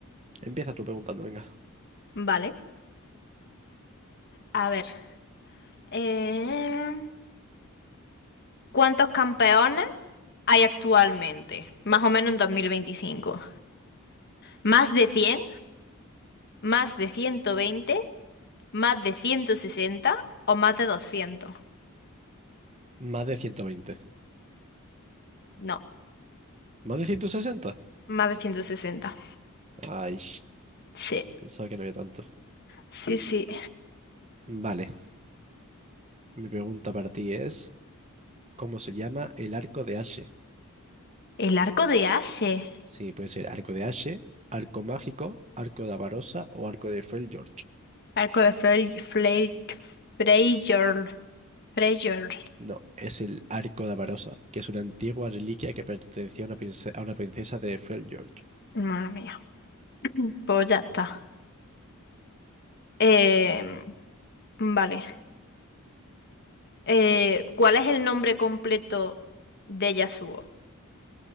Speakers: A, on the right; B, on the left.
A: Empieza tú preguntando, venga.
B: Vale. A ver. eh, ¿Cuántos campeones hay actualmente? Más o menos en 2025? ¿Más de 100, ¿Más de 120, ¿Más de 160 ¿O más de doscientos.
A: Más de ciento veinte,
B: No,
A: ¿Más de ciento sesenta.
B: más de 160.
A: Ay,
B: Sí,
A: pensaba que no había tanto.
B: sí, sí.
A: Vale, mi pregunta para ti es, ¿cómo se llama el arco de Ashe?
B: El arco de Ashe.
A: Sí, puede ser arco de Ashe, arco mágico, arco de Avarosa o arco de Fell George.
B: Arco de Frey, Frey, Freyjord. Freyjord.
A: No, es el arco de Avarosa, que es una antigua reliquia que pertenecía a una, prince- a una princesa de Fell George.
B: Madre mía. <clears throat> Pues ya está. Em, vale. Eh, ¿cuál es el nombre completo de Yasuo?